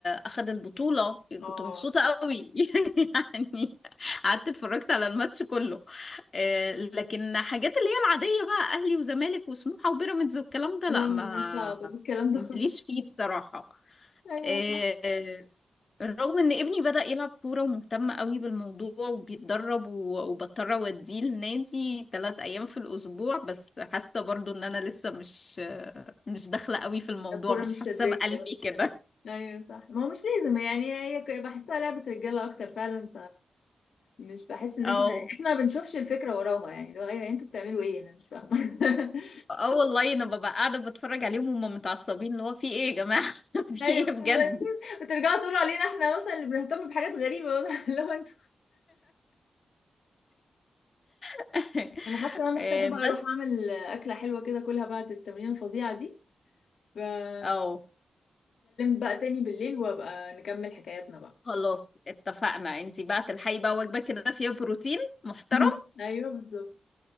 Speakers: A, on the left; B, on the left.
A: اخد البطوله
B: اه
A: كنت مبسوطه قوي <laughs> يعني يعني قعدت اتفرجت على الماتش كله آه، لكن حاجات اللي هي العاديه بقى اهلي وزمالك وسموحه وبيراميدز والكلام ده
B: لا
A: لا ما
B: مالناش دعوه بالكلام ده
A: ماليش
B: خالص
A: فيه
B: <laughs>
A: بصراحه
B: ايوه
A: آه،
B: صح
A: آه، رغم ان ابني بدأ يلعب كورة ومهتم قوي بالموضوع وبيتدرب و- وبضطر اوديه النادي ثلاث ايام في الاسبوع بس حاسة برضو ان انا لسه مش مش داخلة قوي في الموضوع
B: الكوره
A: مش
B: مش
A: حاسة
B: شداك
A: بقلبي
B: اه.
A: كده
B: ايوه صح ما هو مش لازم يعني هي ك- بحسها لعبه رجاله اكتر فعلا فمش بحس
A: <laughs>
B: ان
A: اه
B: احنا احنا ما بنشوفش الفكره وراها يعني لو ايوه انتوا بتعملوا ايه انا مش فاهمه <laughs>
A: اه والله انا ببقى قاعدة بتفرج عليهم وهم متعصبين اللي هو في ايه يا جماعة <laughs> في
B: ايوه
A: ايه بجد
B: <laughs> بترجعوا تقولوا علينا احنا مثلا اللي بنهتم بحاجات غريبه واضح اللي هو <laughs> انتوا
A: <laughs>
B: انا حاسه ان انا
A: آه،
B: محتاجه بقى
A: بس
B: اروح اعمل اكله حلوه كده كلها بعد التمرين الفظيعه دي فنتكلم
A: اه
B: بقى تاني بالليل وابقى نكمل حكاياتنا بقى
A: خلاص اتفقنا انتي بقى تلحقي بقى وجبة كده فيها بروتين محترم
B: <laughs> ايوه بالظبط